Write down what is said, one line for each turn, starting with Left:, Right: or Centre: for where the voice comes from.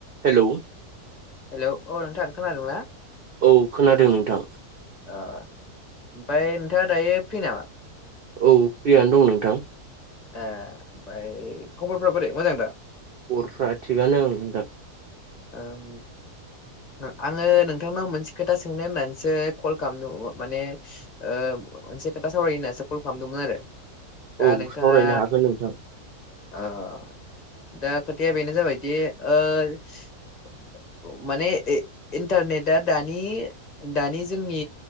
Right: Hello
Left: hello औ नोंथां खोनादोंना?
Right: औ खोनादों नोंथां
Left: <unintelligible> <unintelligible> दायो फै नामा?
Right: औ फ्रियानो दं नोंथां।
Left: ए फाय खबरफोरा बोरै मोजां दा?
Right: ख'रफ्रा थिगानो नोंथां।
Left: ओं ओ आङो नोंथांनाव मोनसे खोथा सोंनो होननानसो कल खालामनो माने ओ मोनसे खोथा सावरायहोननासो कल खामदोंमोन आरो। दा
Right: औ
Left: नोंथाङा
Right: सावरायनो हागोन नोंथां
Left: ओ दा खोथाया बेनो जाबायदि ओ माने ए इन्टारनेटआ दानि दानि जोंनि